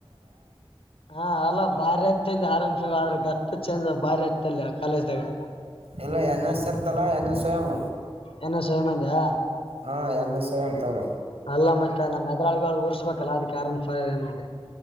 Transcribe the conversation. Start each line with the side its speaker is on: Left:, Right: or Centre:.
Left: ಹಾ ಅಲ್ಲ ಭಾರಿ ಆಯತಂದ ಆರಾಮ್ಸ್ರ ಗತ್ತತ್ ಚಂದ ಬಾರಿ ಆಯತ ಅಲ್ಲಿ ಆ ಕಾಲೇಜ್್ದಾಗ
Right: ಇಲ್ಲ ನ ಸರ್್ದಲ್ಲ ನ ಸವಯಾಮ
Left: ಎನ್ನ ಸಯಮಂದಾ
Right: ಹಾಂ ಎ್ ಎಸ್ ಐ ಎಂತಗ
Left: ಅಲ್ಲ ಮತ್ತೆ ನಮ್ಮ ಮೆದರಳಿಗಳು ಊರ್ಸ್ಬೇಕಲ್ಲ ಅದಕ್ಕೆ ಆಾರನ್ ಸ ಇದೆಗೆ